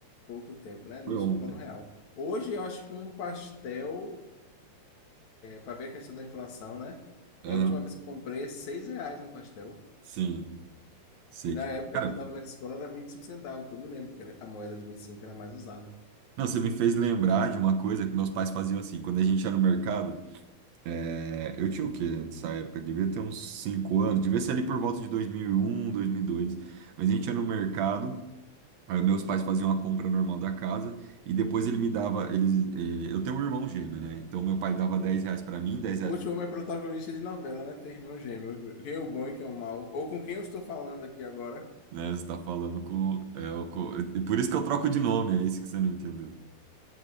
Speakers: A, on the left; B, on the right.
A: Pouco tempo, né? no
B: Foi
A: Início
B: ontem.
A: do plano real. Hoje eu acho que um pastel, para ver a questão da inflação, né?
B: Aham.
A: É, A última vez que eu comprei é 6 reais um pastel.
B: Sim, sei.
A: E na época
B: Cara,
A: que eu estava na escola era 25 centavos, que eu me lembro que era- a moeda de 25 era mais usada.
B: não, você me fez lembrar de uma coisa que meus pais faziam assim. Quando a gente ia no mercado, é, eu tinha o quê nessa época? Devia ter uns 5 anos, devia ser ali por volta de 2001, 2002. Mas a gente ia no mercado, aí meus pais faziam a compra normal da casa e depois ele me dava. Eles, eh, eu tenho um irmão gêmeo, né? Então meu pai dava 10 reais pra mim, 10
A: Hoje
B: reais.
A: o homem é protagonista de novela, né? Tem irmão gêmeo. Quem é o bom e quem é o mal? Ou com quem eu estou falando aqui agora?
B: né? Você tá falando com, é, o co- e Por isso que eu troco de nome, é isso que você não entendeu.